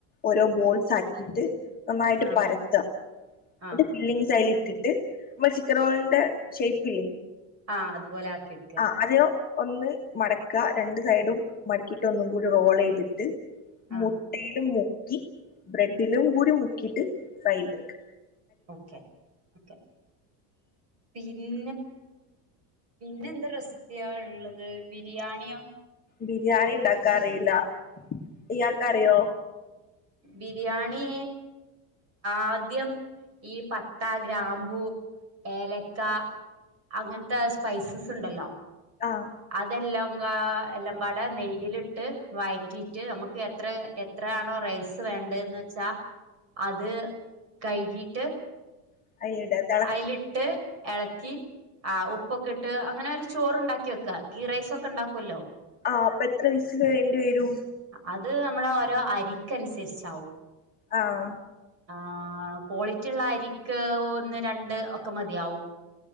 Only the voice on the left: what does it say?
ഓരോ ബോൾസാക്കിയിട്ട് നന്നായിട്ട്
പരത്താ
ന്ന്ട്ട് ഫില്ലിങ്സ് അയില് ഇട്ടിട്ട് നമ്മളൊരു ചിക്കൻറോളിന്റെ ഷേ്പ് ഇല്ലേ
ആദ്യം ഒന്ന് മടക്കാ രണ്ട് സൈഡും മടക്കിയിട്ട് ഒന്നും കൂടി റോള്യ്തിട്ട്
മുട്ടയ്ല് മുക്കി ബ്രെഡിലും കൂടി മുക്കിട്ട് ഫ്രൈയ്തടുക്ക
ബിരിയാണി ഇണ്ടാക്കാൻ അറിയില്ല ഇയാക്കറിയോ
ആഹ്
<unintelligible>
ആഹ് അപ്പൊ എത്ര വിസില് വേണ്ടി വരും
ആഹ്